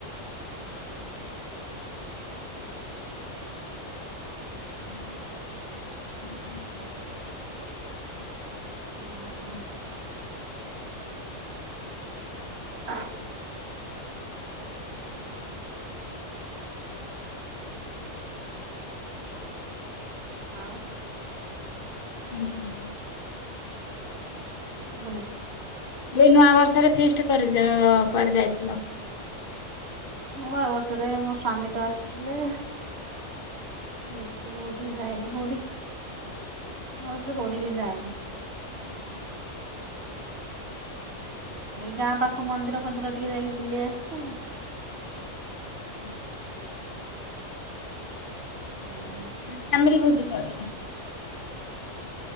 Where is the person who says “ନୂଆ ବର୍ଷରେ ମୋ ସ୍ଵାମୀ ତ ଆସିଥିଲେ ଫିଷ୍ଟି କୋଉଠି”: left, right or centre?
Right